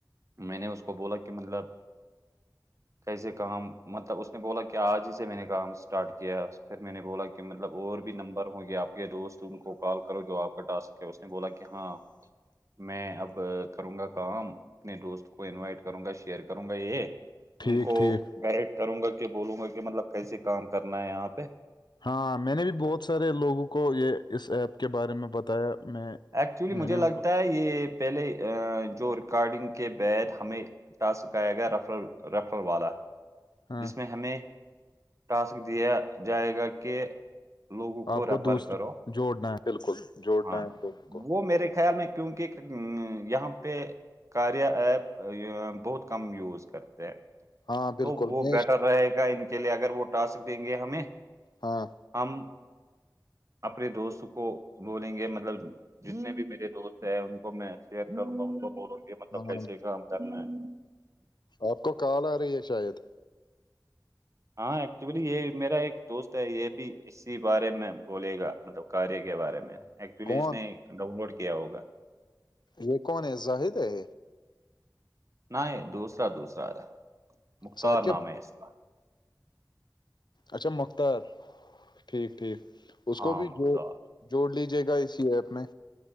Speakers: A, on the right; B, on the left.
A: میں نے اس کو بولا کہ مطلب کیسے کام مطلب اس نے بولا کہ آج ہی سے میں نے کام اسٹارٹ کیا پھر میں نے بولا کہ مطلب اور بھی نمبر ہو گیا آپ کے دوست ان کو کال کرو جو آپ کا ٹاسک ہے اس نے بولا کہ ہاں میں اب کروں گا کام اپنے دوست کو انوائٹ کروں گا شیئر کروں گا یہ
B: ٹھیک
A: ان کو
B: ٹھیک
A: گائڈ کروں گا کہ بولوں گا کہ مطلب کیسے کام کرنا ہے یہاں پہ
B: ہاں میں نے بھی بہت سارے لوگوں کو یہ اس ایپ کے بارے میں بتایا میں
A: ایکچولی
B: میں
A: مجھے
B: نے
A: لگتا
B: ان کو
A: ہے یہ پہلے جو ریکارڈنگ کے بد ہمیں ٹاسکیا گیا رفرل رفرل والا
B: ہاں
A: جس میں ہمیں ٹاسک دیا جائے گا کہ لوگوں
B: آپ
A: ریفر
B: کو دوسرا
A: کرو
B: جوڑنا ہے بالکل جوڑنا
A: ہاں
B: ہے لوگوں کو
A: وہ میرے خیال میں کیونکہ یہاں پہ کاریا ایپ بہت کم یوز کرتے ہیں
B: ہاں
A: تو
B: بالکل
A: وہ
B: میں
A: بیٹر
B: اس-
A: رہے گا ان کے لئے اگر وہ ٹاسک دیں گے ہمیں
B: ہاں
A: ہم اپنے دوست کو بولیں گے مطلب جتنے بھی میرے دوست ہیں ان کو میں شئر کروں گا بولوں یہ مطلب
B: ہاں
A: کیسے کام کرنا ہے
B: آپ کو کال آ رہی ہے شاید
A: ہاں ایکچولی یہ میرا ایک دوست ہے یہ بھی اسی بارے میں بولے گا مطلب کاریہ کے بارے میں ایکچولی
B: کون
A: اس نے ڈاؤن لوڈ کیا ہوگا
B: یہ کون ہے زاہد ہے
A: نہ یہ دوسرا دوسرا ہے مختار
B: ثاقب
A: نام ہے اس کا
B: اچھا مختار ٹھیک ٹھیک اس
A: ہاں
B: کو بھی
A: مختار
B: جو جوڑ لیجیے گا اسی ایپ میں